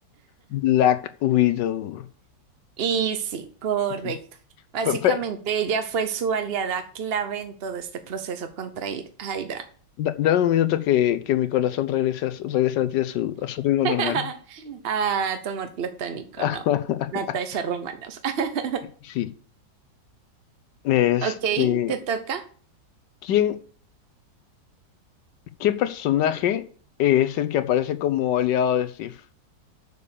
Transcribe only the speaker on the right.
Y sí, correcto.
Básicamente
ella fue su aliada clave en todo este proceso contra Hy- Hydra.
<laughs>
Ah, tu amor platónico,
¿no? Natasha Romanoff. <laughs>
Ok, te toca.